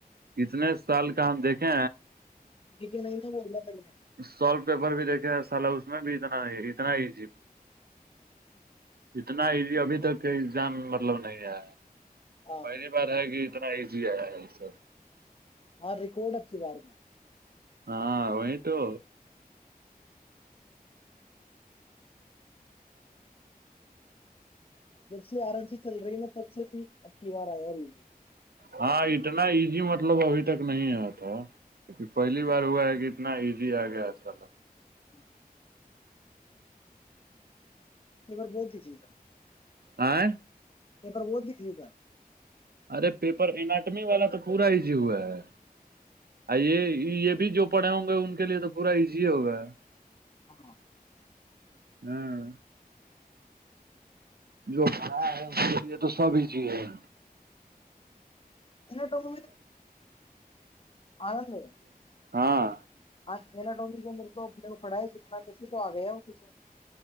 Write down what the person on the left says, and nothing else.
ٹھیک نہیں تھا وہ انا نہیں تھا <unintelligible>
تھا ہاں
ہاں ریکارڈ اچھی بار کاار
جب سے آرام سے چل رہی نا تب سے بھی اب کی بار آیا بھی
ہی <inaudible> ایک بار بہ چ تھا <unintelligible>
نہیں پر بوت بھی س تھا <unintelligible>
ہ <inaudible>
اٹ م آندے
ما ڈٹوکری کہ میرے تو اپنے پڑھا ہے جتنا کیسے تو آ گیا ہو کسے